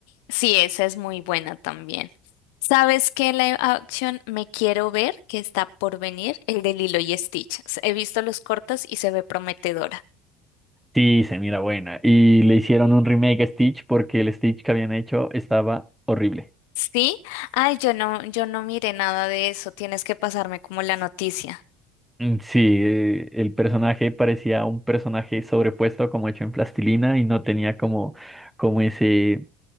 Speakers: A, on the left; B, in the centre.
A: Sí, esa es muy buena también. ¿Sabes qué live action me quiero ver que está por venir? El de Lilo y Stitch. S- He visto los cortos y se ve prometedora.
B: Sí, se mira buena. Y le hicieron un remake a Stitch porque el Stitch que habían hecho estaba horrible.
A: ¿Sí? Ay, yo no, yo no miré nada de eso. Tienes que pasarme como la noticia.
B: Mm, Sí, eh, el personaje parecía un personaje sobrepuesto como hecho en plastilina y no tenía como, como ese,